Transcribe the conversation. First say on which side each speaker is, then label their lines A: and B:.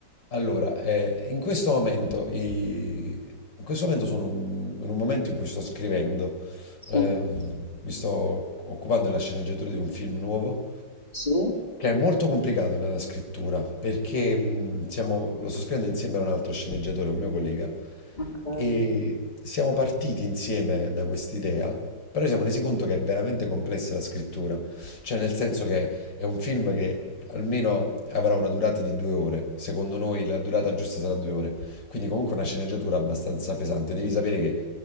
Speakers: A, on the left; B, on the left.
A: Allora, eh, in questo momento, i- in questo momento sono un- in un momento in cui sto scrivendo,
B: Sì,
A: ehm, mi sto occupando della sceneggiatura di un film nuovo,
B: sì,
A: che è molto complicato nella scrittura, perché mh, siamo- lo sto scrivendo insieme a un altro sceneggiatore, un mio collega,
B: ok.
A: e siamo partiti insieme da quest'idea, però ci siamo resi conto che è veramente complessa la scrittura, cioè nel senso che è un film che almeno avrà una durata di due ore. Secondo noi la durata giusta sarà due ore. Quindi comunque una sceneggiatura abbastanza pesante. Devi sapere che